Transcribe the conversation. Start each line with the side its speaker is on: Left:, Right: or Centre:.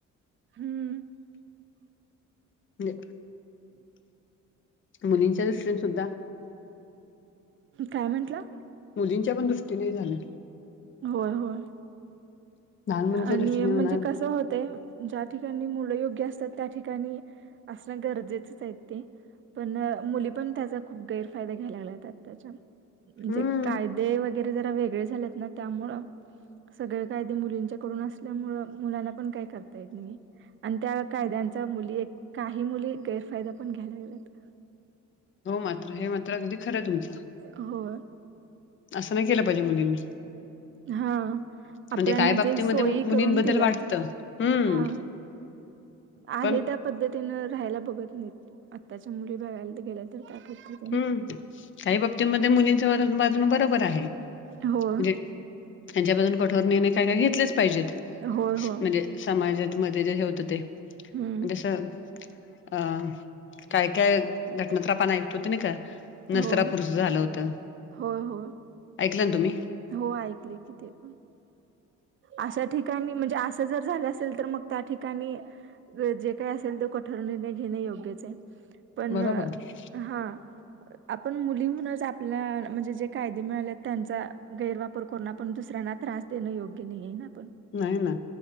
Right: हम्म.
Left: <inaudible>
Right: <inaudible>
Left: मुलींच्या दृष्टीन सुद्धा
Right: काय म्हंटला?
Left: मुलींच्या पण दृष्टीने हे झाल.
Right: होय होय,
Left: लहान मुलींच्या
Right: आणि
Left: दृष्टीने
Right: म्हणजे
Left: म्हणा
Right: कसं होतय. ज्या ठिकाणी मुलं योग्य असतात, त्या ठिकाणी असणं गरजेचंच आहेत ते. पण, मुली पण त्याचा खूप गैरफायदा घ्याय लागल्यात आताच्या.
Left: हम्म
Right: जे कायदे वगैरे जरा वेगळे झालेत ना त्यामुं सगळे कायदे. मुलींच्या कडून असल्यामूळ, मुलांना पण काही करता येत नाही. आणि त्या कायद्यांचा मुली एक काही मुली गैरफायदा पण घ्यायला लागल्यात.
Left: हो मात्र, हे मात्र अगदी खरं तुमच.
Right: होय.
Left: असं नाही केलं पाहिजे मुलींनी.
Right: हा आपल्या
Left: म्हणजे काय
Right: ना
Left: बाबतीमध्ये
Right: जे सोयी
Left: मुलींबद्दल
Right: करून दिल्यात
Left: वाटतं हम्म
Right: हा. आहे
Left: पण
Right: त्या, पद्धतीन राहायला बघत नाहीत, आत्ताच्या मुली बघायला तर गेल्या तर <unintelligible>
Left: हं, काही बाबतीमध्ये मुलींच बाजून बरोबर आहे,
Right: होय
Left: म्हणजे हेंच्याबद्दल, कठोर निर्णय काय-काय घेतलेच पाहिजेत
Right: होय होय
Left: म्हणजे. समाजात मध्ये जे हे होत ते
Right: हम्म
Left: जस अं काय, काय घटना <unintelligible> आपण ऐकतो होत नाही का? नसरापुरच
Right: होय
Left: झालं होत,
Right: होय होय
Left: ऐकलं ना तुम्ही?
Right: हो, ऐकले की ते पण. अशा ठिकाणी म्हणजे, असं जर झालं असेल तर, मग त्या ठिकाणी जे काय असेल, तो कठोर निर्णय घेणे योग्यच आहे, पण
Left: बरोबर आहे.
Right: हा आपण मुलीहूनच आपल्या म्हणजे, जे कायदे मिळाले त्यांचा गैरवाप पर कोणा पण दुसऱ्यांना त्रास देणं, योग्य नाहीये ना पण?
Left: नाही ना